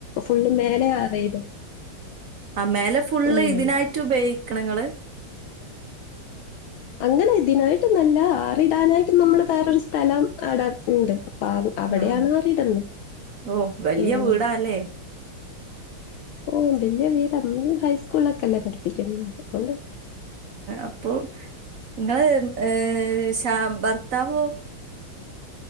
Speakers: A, on the left; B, on the right.
A: ഫുള്ള് മേലെ ആറിയിടും
B: ആഹ് മേലെ ഫുള്ള്
A: അങ്ങനെ
B: ഇതിനായിട്ട് ഉപയോഗിക്കണങ്ങള്
A: അങ്ങനെ ഇതിനായിട്ട്ന്നല്ല ആറിടാനായിട്ട് നമ്മള് വേറൊരു സ്ഥലം അവടെ ഇണ്ട് അപ്പ അവിടെയാണ്
B: ആഹ്
A: ആറിടുന്നു
B: ഓഹ് വലിയ
A: ഉം
B: വീടാല്ലേ
A: ഓ വല്യ വീട <unintelligible> ഹൈസ്കൂളൊക്കല്ലേ പഠിപ്പിക്കുന്നത് അതോണ്ട്
B: അപ്പൊ നിങ്ങള് ഏ ശ ഭർത്താവോ